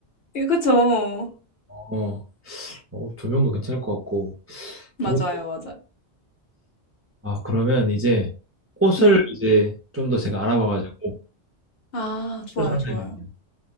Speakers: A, on the left; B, on the right.
A: 예, 그쵸?
B: 어, 어, 조명도 괜찮을 것 같고
A: 맞아요,
B: 좋은
A: 맞아요.
B: 아 그러면 이제 꽃을
A: 네.
B: 이제 좀 더 제가 알아봐가지고
A: 아 좋아요,
B: 꽃을 산다겠네요.
A: 좋아요.